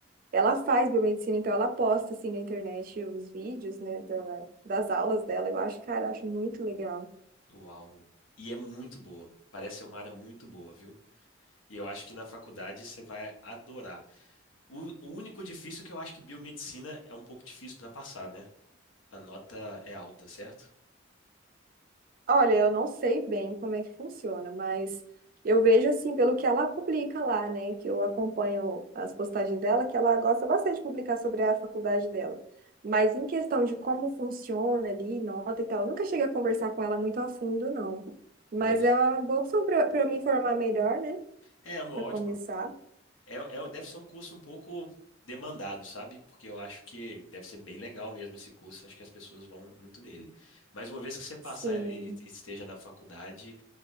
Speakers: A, on the right (about 45°); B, on the left (about 85°).
A: Ela faz biomedicina, então ela posta assim na internet os vídeos, né, da, das aulas dela. Eu acho, cara, eu acho muito legal.
B: Uau. E é muito boa. Parece ser uma área muito boa, viu? E eu acho que na faculdade você vai adorar. O, o único difícil é que eu acho que biomedicina é um pouco difícil para passar, né? A nota é alta, certo?
A: Olha, eu não sei bem como é que funciona, mas eu vejo assim, pelo que ela publica lá, né? Que eu acompanho as postagens dela, que ela gosta bastante de publicar sobre a faculdade dela. Mas em questão de como funciona ali, nota e tal, eu nunca cheguei a conversar com ela muito a fundo, não. Mas
B: Deve.
A: é uma boa opção para eu me informar melhor, né?
B: É é uma
A: Para
B: ótima.
A: começar.
B: É, é- deve ser um curso um pouco demandado, sabe? Porque eu acho que deve ser bem legal mesmo esse curso. Acho que as pessoas vão muito nele. Mas uma vez que você passar
A: Sim,
B: e, e esteja na faculdade,